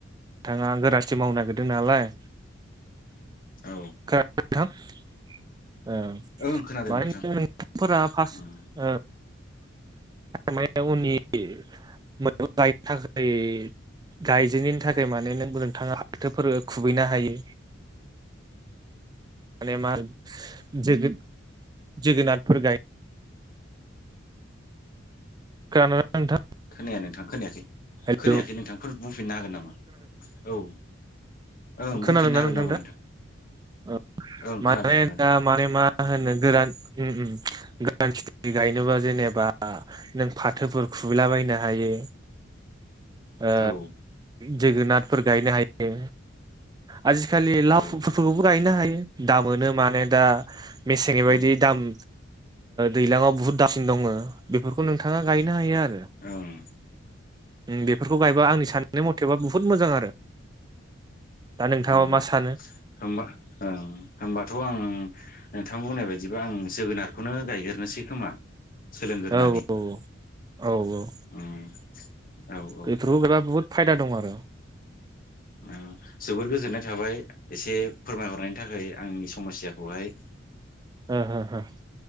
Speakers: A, on the right (about 20°); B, on the left (about 45°).
A: नोंथाङा गोरानखेथि मावनो नागिरदों नालाय
B: औ
A: खोनादों नोंथू माने
B: ओं खोनादों नोंथां
A: नोंथांफोरा फार्स्ट
B: उम
A: माने उनि मै गायनो थाखाय गायजेननायनि थाखाय <inaudible> माने नों नोंथाङा फाथोफोर खुबैनो हायो माने मा जोगो जोगोनारफोर गाय गान नोंथां
B: खोनाया नोंथां खोनायाखै
A: हेलौ
B: खोनायाखै नोंथांफोर होनफिननो हागोन नामा? औ ओं
A: खोनादों
B: बुंफिननो
A: ना
B: हागोन
A: नोंथां
B: नामा
A: दा? औ
B: ओं खोनादों
A: माने
B: खोनादों
A: दा माने मा होनो गोरान उम उम गोरान खेथि गायनोबा जेनेबा नों फाथोफोर खुबैलाबायनो हायो। ओ
B: औ
A: जोगोनाथ फोर गायनो हायो। आजिखालि <inaudible>
B: ओं
A: गायनो हायो दा मोनो माने दा मेसेंनि
B: ओं
A: बायदि दाम दैलाङाव बुहुद दाम दङ बेफोरखौ नोंथाङा गायनो हायो आरो।
B: ओं।
A: बेफोरखौ गायबा आंनि साननाय मथेबा बुहुत मोजां आरो। दा नोंथाङा
B: उम
A: मा सानो
B: होमबा ओं होमबाथ' आं नों थां बुंनाय बायदिबा आं जोगोनारखौनो गायग्रोनोसै खोमा। सोलोंगोरनानै
A: औ औ औ औ।
B: उम। औ औ
A: बेफोरखौ गायबा बुहुत फायदा दङ। औ।
B: ओम जोबोर गोजोननाय थाबाय एसे फोरमायहरनायनि थाखाय आंनि समस्याखौहाय।
A: ओ हो हो।